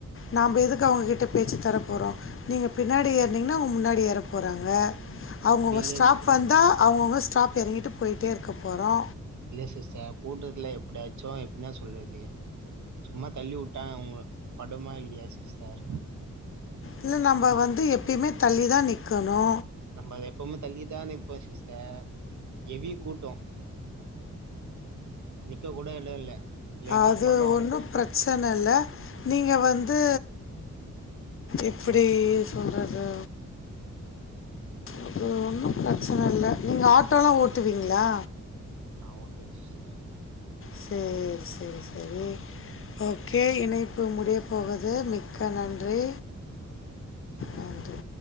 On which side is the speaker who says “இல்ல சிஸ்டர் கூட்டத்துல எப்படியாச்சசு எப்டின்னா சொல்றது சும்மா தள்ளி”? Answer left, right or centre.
Right